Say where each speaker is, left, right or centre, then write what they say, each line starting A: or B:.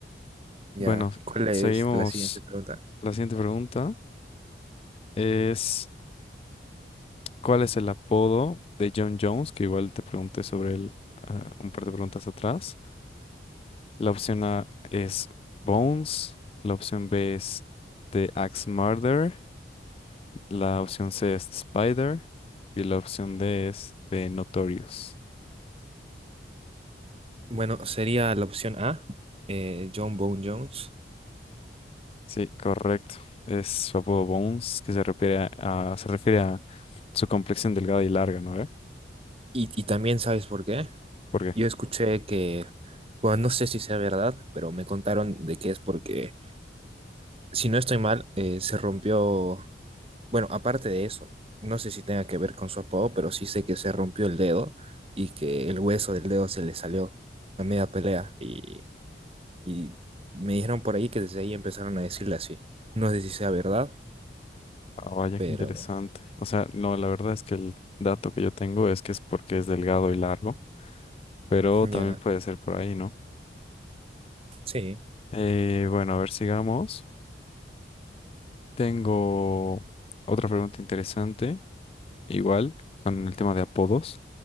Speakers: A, on the right; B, on the left.
A: Ya,
B: bueno,
A: ¿cuál es
B: seguimos.
A: la siguiente pregunta?
B: La siguiente pregunta es... ¿Cuál es el apodo de John Jones? Que igual te pregunté sobre él ah, un par de preguntas atrás. La opción A es Bones. La opción B es The Axe Murder. La opción C es The Spider. Y la opción D es The Notorious.
A: Bueno, sería la opción A, eh, John Bone Jones.
B: Sí, correcto. Es su apodo Bones, que se refiere a, se refiere a su complexión delgada y larga, ¿no? ¿Eh?
A: Y, y también, ¿sabes por qué?
B: ¿Por qué?
A: Yo escuché que, bueno, no sé si sea verdad, pero me contaron de que es porque, si no estoy mal, eh, se rompió Bueno, aparte de eso, no sé si tenga que ver con su apodo, pero sí sé que se rompió el dedo y que el hueso del dedo se le salió a media pelea. Y, y me dijeron por ahí que desde ahí empezaron a decirle así. No sé si sea verdad,
B: Ah, vaya,
A: pero
B: qué interesante. O sea, no, la verdad es que el dato que yo tengo es que es porque es delgado y largo. pero
A: <laughs>
B: también
A: ya,
B: puede ser por ahí, ¿no?
A: sí.
B: Eh, bueno, a ver, sigamos. Tengo otra pregunta interesante, igual, con el tema de apodos.